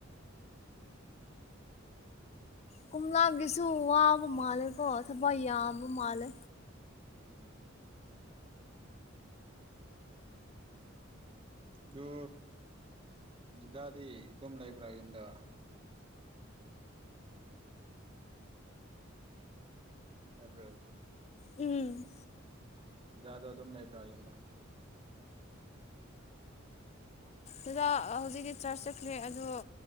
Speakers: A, on the left; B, on the right.
A: ꯀꯣꯝꯂꯥꯡꯒꯤꯁꯨ ꯋꯥꯕ ꯃꯥꯜꯂꯦꯀꯣ ꯊꯕꯛ ꯌꯥꯝꯕ ꯃꯥꯜꯂꯦ
B: ꯎꯝ ꯑꯗꯨ ꯗꯥꯗꯤ ꯑꯗꯨꯝ ꯂꯩꯕ꯭ꯔꯥ ꯌꯨꯝꯗ ꯇꯥꯕ꯭ꯔꯣ
A: ꯎꯝ
B: ꯗꯥꯗꯗꯣ ꯑꯗꯨꯝ ꯂꯩꯕ꯭ꯔꯥ ꯌꯨꯝꯗꯥ
A: ꯗꯥꯗ ꯍꯧꯖꯤꯛꯇꯤ ꯆ꯭ꯔꯁ ꯆꯠꯈ꯭ꯔꯦ ꯑꯗꯣ